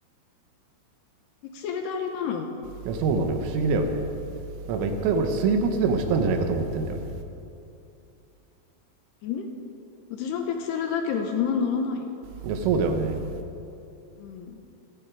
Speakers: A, on the left; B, on the right.
A: ピクセルであれなの
B: や、そうなのよ。不思議だよね。なんか一回俺水没でもしたんじゃないかと思ってんだよね。
A: え私もピクセルだけど、そんなならないよ。
B: いや、そうだよね。
A: うん。